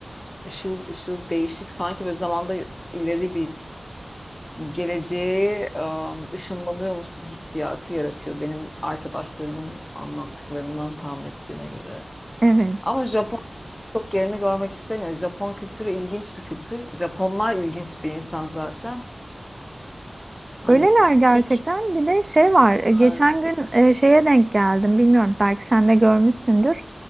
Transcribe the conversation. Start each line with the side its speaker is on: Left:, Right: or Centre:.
Left: ışıl ışıl değişik. Sanki böyle zamanda ileri bir geleceğe ım, ışınlanıyormuşsun hissiyatı yaratıyor. Benim arkadaşlarımın anlattıklarından tahmin ettiğime göre.
Right: evet.
Left: Ama Japon birçok yerini görmek istemiyor. Japon kültürü ilginç bir kültür. Japonlar ilginç bir insan zaten. Hani
Right: Öyleler gerçekten.
Left: ilk
Right: Bir de şey var. e, Geçen
Left: Evet,
Right: gün e, şeye denk geldim. Bilmiyorum belki sen de görmüşsündür.